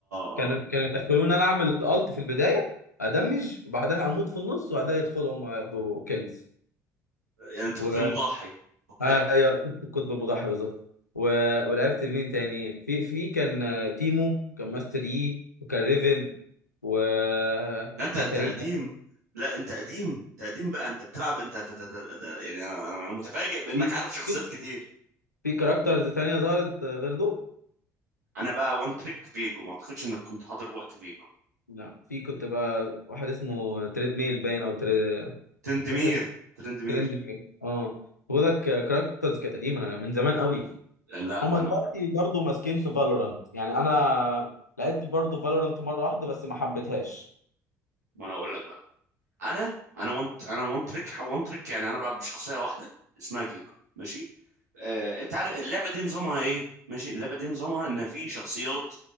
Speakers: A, on the right; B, on the left.
A: آه.
B: كانوا كانوا يدخلوني انا اعمل الت في البدايه ادمج وبعدها اموت في النص وبعدها يدخلوا هم ياخدوا كيلز
A: يعني انت كنت
B: و
A: المضحي ضحيه.
B: آه، ايوه كنت القطب المضاحي بالظبط و... ولعبت مين تاني في في كان آه، تيمو كان ماستر يي وكان ريفن وكاتارينا
A: لا انت انت قديم لا انت قديم انت قديم بقى انت بتلعب انت انت- انت- انت- يعني انا انا أنا متفاجئ بانك
B: في
A: عارف شخصيات
B: في
A: كتير
B: في كاركترز تانية ظهرت غير دول؟
A: انا بقى وان تريك فيجو ما اعتقدش انك كنت حاضر وقت فيجو
B: لا في كنت بقى واحد اسمه تريد ميل باين او تريد
A: ترندمير
B: فاكر اسمه
A: ترندمير
B: ترند ميل اه بقول لك كاركترز كانت قديمة انا من زمان قوي
A: لا
B: هما
A: انا
B: دلوقتي برضه ماسكين في فالورانت يعني انا لعبت برضه فالورانت مرة واحدة بس ما حبيتهاش
A: ما انا اقول لك بقى انا انا وان انا وان تريك وان تريك يعني انا بلعب بشخصيه واحده اسمها فيجو ماشي آه، انت عارف اللعبه دي نظامها ايه ماشي اللعبه دي نظامها ان في شخصيات